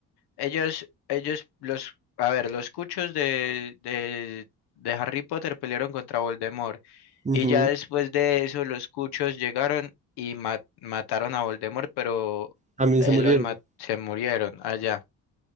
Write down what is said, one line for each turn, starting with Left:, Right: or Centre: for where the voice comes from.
Left: Ellos, ellos, los, a ver, los cuchos de, de, de Harry Potter pelearon contra Voldemort.
Right: ujú,
Left: Y ya después de eso, los cuchos llegaron y ma- mataron a Voldemort, pero
Right: también
Left: él
Right: se murieron.
Left: los ma- se murieron allá.